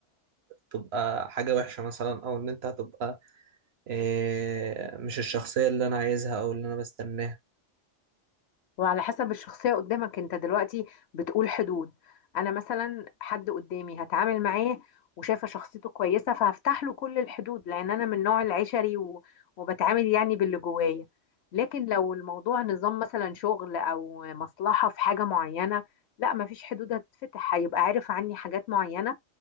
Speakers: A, on the right (about 65°); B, on the left (about 65°).
A: تبقى حاجة وحشة مثلا او ان انت هتبقى آه، مش الشخصية اللي انا عايزها او اللي انا بستناها
B: وعلى حسب الشخصية قدامك انت دلوقتي بتقول حدود انا مثلا حد قدامي هتعامل معاه وشايفة شخصيته كويسة فهفتح له كل الحدود لان انا من نوع العشري و... وبتعامل يعني باللي جوايا لكن لو الموضوع نظام مثلا شغل او مصلحة في حاجة معينة لا مفيش حدود هتتفتح هيبقى عارف عني حاجات معينة